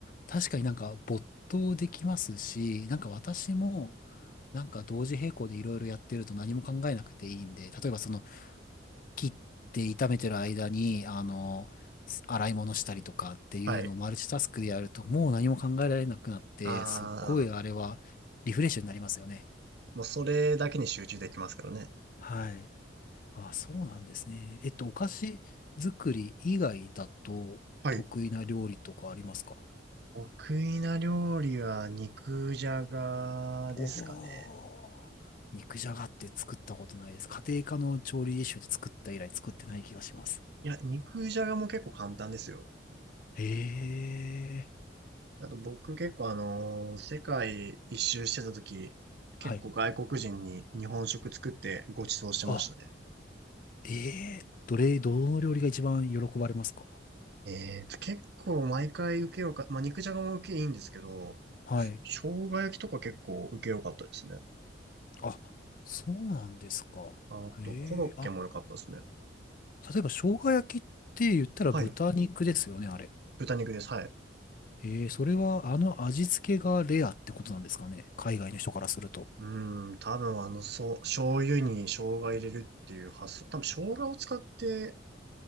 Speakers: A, on the left; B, on the right.
A: ー、確かになんか没頭できますし、なんか私も、なんか同時並行でいろいろやってると何も考えなくていいんで、例えばそ切って炒めてる間に、あの、す洗い物したりとかっていうのをマルチタスクでやると、
B: はい。
A: もう何も考えられなくなって、
B: ああ、
A: すっごいあれはリフレッシュになりますよね。
B: もうそれだけに集中できますからね。
A: はい。あ、そうなんですね。えっと、お菓子作り以外だと得意な料理とかありますか
B: はい。得意な料理は肉じゃがですかね。
A: おおー、肉じゃがって作ったことないです。家庭科の調理実習で作った以来作ってない気がします。
B: いや、肉じゃがも結構簡単ですよ。
A: へえ。
B: あと僕結構あのー世界一周してた時、結構外国人に日本食作ってご馳走してましたね。
A: はい。あ、ええどれ、どの料理が一番喜ばれますか
B: えーと、結構毎回受けようか、まあ、肉じゃがも受けいいんですけど、
A: はい。
B: 生姜焼きとか結構受けよかったですね。
A: あ、そうなんですか。
B: あと、
A: ええあ、
B: コロッケも良かったですね。
A: 例えば生姜焼きって言ったら豚肉ですよね、
B: はい。
A: あれ。
B: 豚肉です。はい。
A: ええそれはあの味付けがレアってことなんですかね、海外の人からすると。
B: うん、多分あの、そう、醤油に生姜入れるっていう発想。多分生姜を使って